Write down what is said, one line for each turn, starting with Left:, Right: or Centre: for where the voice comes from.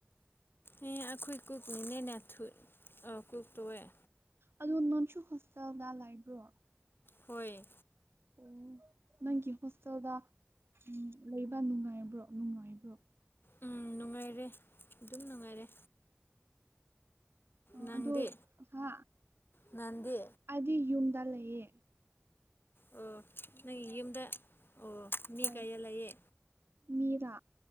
Left: ꯑꯦ ꯑꯩꯈꯣꯏ ꯀꯨꯞꯅꯤꯅꯦꯅꯦ ꯀ ꯇꯣꯛꯑꯦ
Right: ꯑꯗꯨꯗꯣ ꯅꯣꯟꯁꯨ ꯍꯣꯁꯇꯦꯜꯗ ꯂꯩꯕ꯭ꯔꯣ
Left: ꯍꯣꯏ
Right: ꯎꯝ ꯅꯪꯒꯤ ꯍꯣꯁꯇꯦꯜꯗ ꯎꯝ ꯂꯩꯕ ꯅꯨꯡꯉꯥꯏꯕ꯭ꯔꯣ ꯅꯨꯡꯉꯥꯏꯕ꯭ꯔꯣ
Left: ꯎꯝ ꯅꯨꯡꯉꯥꯏꯔꯦ ꯑꯗꯨꯝ ꯅꯨꯡꯉꯥꯏꯔꯦ
Right: ꯑ
Left: ꯅꯪꯗꯤ
Right: ꯑꯗꯨ ꯍꯥ
Left: ꯅꯪꯗꯤ
Right: ꯑꯗꯤ ꯌꯨꯝꯗ ꯂꯩꯌꯦ
Left: ꯑꯣ ꯅꯪꯒꯤ ꯌꯨꯝꯗ ꯑꯣ ꯃꯤ
Right: ꯍꯣꯏ
Left: ꯀꯌꯥ ꯂꯩꯌꯦ
Right: ꯃꯤꯔꯥ